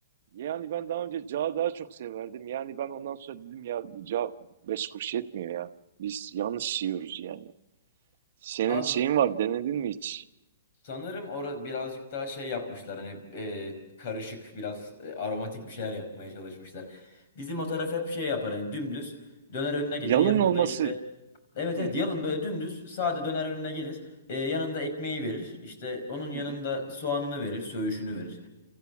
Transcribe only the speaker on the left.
Abi
Sanırım orada birazcık daha şey yapmışlar hani e, karışık biraz e, aromatik bir şeyler yapmaya çalışmışlar. Bizim o taraf hep şey yapar hani dümdüz döner önüne gelir
yanında
işte evet evet
yalın böyle dümdüz sade döner önüne gelir E, yanında ekmeği verir işte onun yanında
soğanını verir söğüşünü verir.